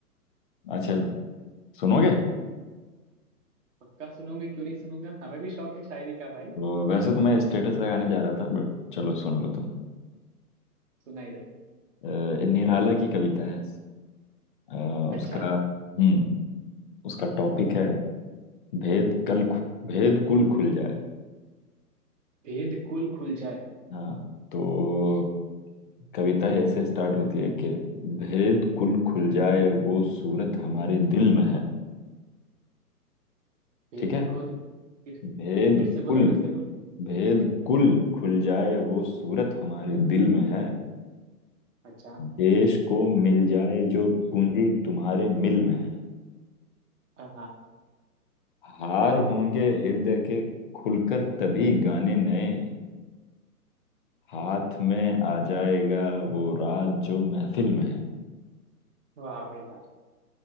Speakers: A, on the left; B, on the right.
A: अच्छा सुनोगे
B: पक्का सुनोगे क्यों नहीं सुनूंगा हमें भी शौक है शायरी का भाई
A: तो वैसे तो मैं स्टेटस लगाने जा रहा था बट चलो सुन लो तुम
B: सुनाई दो
A: अ, निराला की कविता है अ,
B: अच्छा
A: उसका हम्म उसका टॉपिक है भेद कल खु- भेद कुल खुल जाए
B: भेद कुल खुल जाए
A: हाँ तो कविता ही ऐसे स्टार्ट होती है कि भेद कुल खुल जाए वो सूरत हमारे दिल में है
B: भेद
A: ठीक है
B: खुद फिर,
A: भेद
B: फिर से बोलो
A: कुल
B: फिर से बोलो
A: भेद कुल खुल जाए वो सूरत हमारे दिल में है
B: अच्छा
A: देश को मिल जाए जो पूंजी तुम्हारे मिल में है
B: हाँ हाँ,
A: हार होंगे हृदय के खुलकर तभी गाने नए हाथ में आ जाएगा वो राज जो महफिल में है
B: वाह भाई वाह